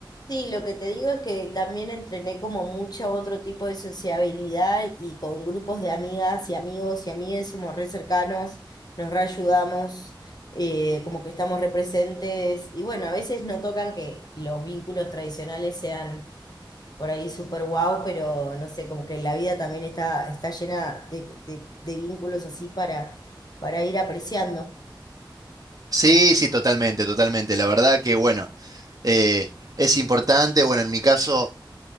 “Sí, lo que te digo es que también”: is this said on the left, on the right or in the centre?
Left